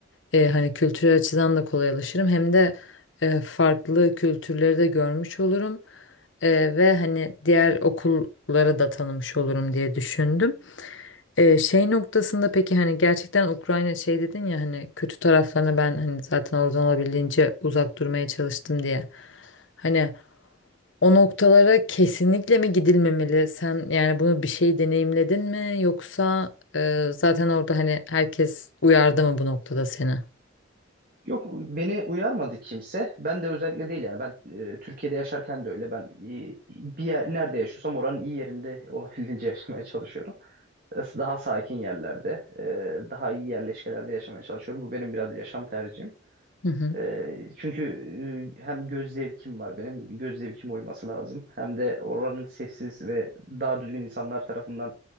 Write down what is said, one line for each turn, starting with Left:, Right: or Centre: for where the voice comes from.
Left: e, hani kültürel açıdan da kolaylaşırım hem de e, farklı kültürleri de görmüş olurum. E, ve hani diğer okulları da tanımış olurum diye düşündüm. Ee, şey noktasında peki hani gerçekten Ukrayna şey dedin ya hani kötü taraflarına ben hani zaten oradan olabildiğince uzak durmaya çalıştım diye. Hani o noktalara kesinlikle mi gidilmemeli? Sen yani bunu bir şey deneyimledin mi yoksa e, zaten orada hani herkes uyardı mı bu noktada seni?
Right: Yok beni uyarmadı kimse. Ben de özellikle değil yani. Ben e, Türkiye'de yaşarken de öyle. Ben e, bir yer, nerede yaşıyorsam oranın iyi yerinde <laughs> olabildiğince yaşamaya çalışıyorum. Daha sakin yerlerde, e, daha iyi yerleşkelerde yaşamaya çalışıyorum. Bu benim biraz yaşam tercihim.
Left: Hı hı.
Right: Ee, çünkü e, hem göz zevkim var benim, göz zevkime uyması lazım. Hem de oranın sessiz ve daha düzgün insanlar tarafından